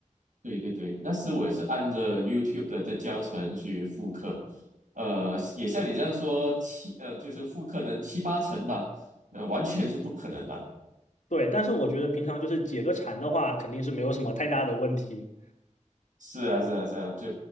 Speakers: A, on the right (about 85°); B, on the left (about 70°).
A: 对对对，那时我也是按着 YouTube 的的教程去复刻，呃，也像你这样说七呃，就是复刻能七八成吧，呃，完全是不可能的。
B: 对，但是我觉得平常就是解个馋的话，肯定是没有什么太大的问题，
A: 是啊，是啊，是啊，就